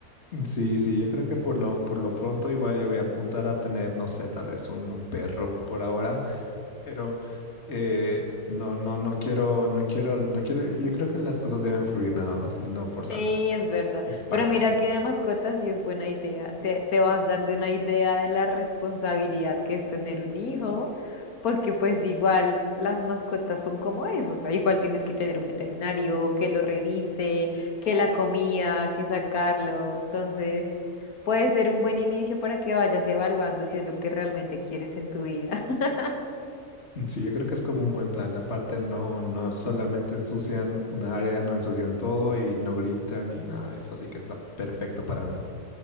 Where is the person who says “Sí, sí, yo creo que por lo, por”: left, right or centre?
Left